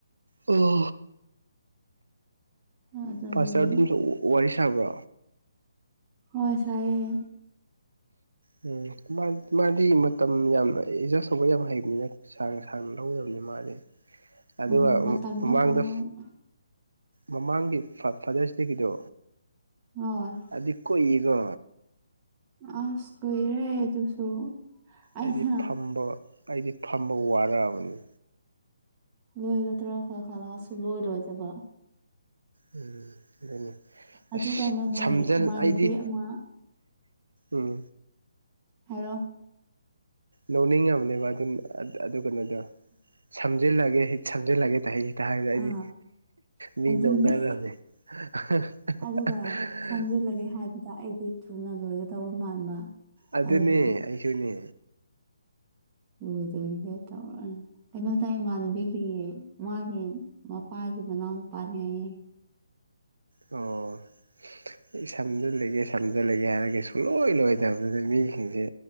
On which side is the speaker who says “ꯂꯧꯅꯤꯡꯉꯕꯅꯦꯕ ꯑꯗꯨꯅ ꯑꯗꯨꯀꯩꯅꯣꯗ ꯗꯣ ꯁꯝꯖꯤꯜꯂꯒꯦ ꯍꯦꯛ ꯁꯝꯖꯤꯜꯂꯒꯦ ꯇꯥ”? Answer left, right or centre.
Right